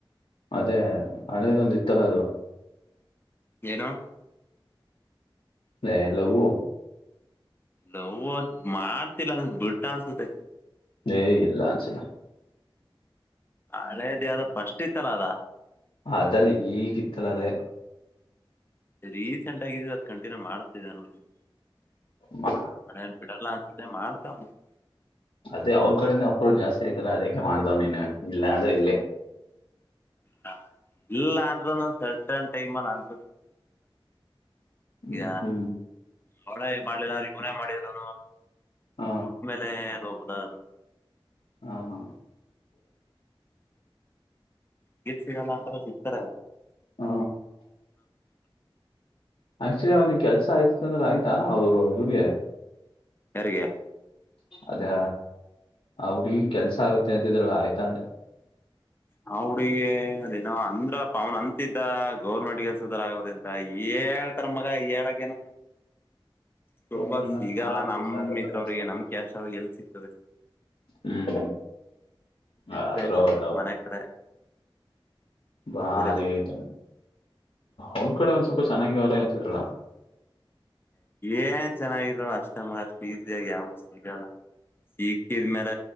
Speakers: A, on the left; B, on the left.
A: ಅದೇ ಹಳೇದೊಂದಿತ್ತಲ್ಲ ಅದು
B: ಏನು
A: ಹಲ್ಲವು
B: ನವ ಅದ್ ಮಾಡ್ತಿಲ್ಲ ಅಂದ ಬಿಟ್ಟ ಅನ್ಸುತ್ತೆ
A: ಏ ಇಲ್ಲಾನ್ಸಲ್ಲ
B: ಹಳೆದೇ ಅದು ಪಫಸ್ಟ್ ಇತ್ತಲ್ಲ ಅದ
A: ಅದೆಲ್ಲ ಈಗಿತ್ತಲ ಅದ
B: ರೀಸೆಂಟ್ಗಿದ್ದ ಅದು ಕಂಟಿನ್ಯೂ ಮಾಡ್ತಿದೆ ಅನ್ನೋಲ್ಲಿ
A: ಮ
B: ನಣೇನ್ ಬಿಡಲ್ಲ ಅನ್ಸತ್ತೆ ಮಾಡ್ತಾವ <unintelligible>
A: ಅದೇ ಅವ್ರ ಕಡಿಂದ ಅಪ್ರೋಚ್ ಜಾಸ್ತಿ ಆಐ್ತಲ್ಲಾ ಅದಕ್ಕೆ ಮಾಡ್ದಾವ್ ನೀನು ಇಲ್ಲ ಅಂದ್ರೆ ಇಲ್ಲಿ
B: ಹ ಇಲ್ಲ ಅಂದ್ರುನು ಸರ್ಟನ್ ಟೈಮ್ ಅಲ್ಲಿ ಅನ್ಸ
A: ಹ್ಮ್
B: ಈ
A: ಹ್ಮ್
B: ಹೊಡ ಮಾಡ್ಲಿಲ್ಲ ಇನೇ ಮಾಡಿದ್ನು
A: ಹ
B: ಗುಟ್ ಮೇಲೆ ಲ್ಲ ನೋದ <unintelligible>
A: ಹಾ ಹಾ
B: ಗೀಪ್ ಸಿಗಲ್ಲ ಅಂತ ಸಿಗ್ತಾರೆ
A: ಹ ಆಕ್ಚುಲಿ ಅವ್ರನಿಗೆ ಕೆಲಸ ಆಯ್ತಿತ್ತು ಅಂದ್ರೆ ಆಯ್ತಾ ಅವರು ಇವ್ರಿಗೆ
B: ಯಾರಿಗೆ
A: ಅದೇ ಅವ್ರಗ ಕೆಲ್ಸ ಆಗತ್ತೆ ಅಂತಿದ್ರಲ್ಲ ಆಯ್ತಾ ಅಂದ್ರೆ
B: ಹ ಹುಡಗ ಅದೇನ ಅಂದ್ರ ಪವನ್ ಅಂತ ಇದ್ದ ಗೌರ್ಮೆಂಟ್ ಕೆಲ್ಸದರ ಆಗದಂತ ಹೇಳ್ತಾರ ಮಗ ಹೇಳಕ್ಕೇನು ತುಲ್ಂಬ
A: ಸುಮ್ನೆ
B: ಸಿಗಲ್ಲ
A: ಮಾತ್
B: ನಮ
A: ಬಿಸಾಕತರ
B: ಇದ್ರ
A: ಅಷ್ಟೇ
B: ಅವಿಗೆ
A: ಮಗ.
B: ನಮ್ ಕ್ಯಾಶ್ ಅವಿಗೆ ಎಲ್ ಸಿಗ್ತದೆ
A: ಹ್ಮ್ ಅದರಲ್ಲ
B: ಫ್ರೆಂಡ್ಸ್ ಇರ್ಬೇಕು ಮನೆ ಕಡೆ
A: ಬಾರಿ
B: ದುಡ್ಡುಡಿಬೇಕು
A: ಆಯ್ತ ಅವ್ರ ಕಡೆ ಒಂದ್ ಸ್ವಲ್ಪ ಚೆನ್ನಾಗಿ ಅವರೇ ಅಂತಿದ್ರಲ್ಲ
B: ಏನ್ ಚೆನ್ನಾಗಿದ್ ಅಷ್ಟಮಗ ಅಷ್ಟ ಇದಾಗ ಯಾವ ಸಿಗಲ್ಲ ಸಿಕ್ಕಿದ ಮ್ಯಾರ